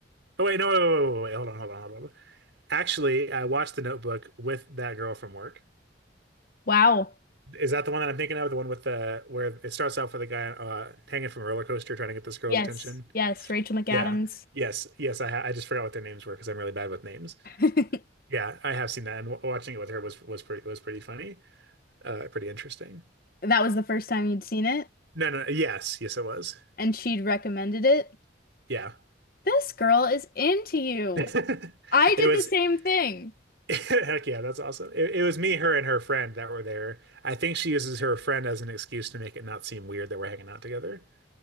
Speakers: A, on the right; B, on the left.
A: Oh wait, no, wait, wait, wait, wait, wait. Hold on, hold on, hold on. Actually, I watched The Notebook with that girl from work.
B: Wow.
A: Is that the one that I'm thinking of? The one with the where it starts off with a guy uh, hanging from a roller coaster trying to get this girl's
B: Yes,
A: attention.
B: yes, Rachel McAdams.
A: Yeah. Yes. Yes. I ha I just forgot what their names were because I'm really bad with names.
B: <laughs>
A: Yeah, I have seen that, and w watching it with her was was pretty was pretty funny, uh, pretty interesting.
B: That was the first time you'd seen it,
A: No, no. no, Yes. Yes, it was.
B: and she'd recommended it.
A: Yeah.
B: This girl is into you.
A: <laughs>
B: I
A: It
B: did
A: was.
B: the same thing. <laughs>
A: <laughs> Heck yeah, that's awesome. It, it was me, her, and her friend that were there. I think she uses her friend as an excuse to make it not seem weird that we're hanging out together.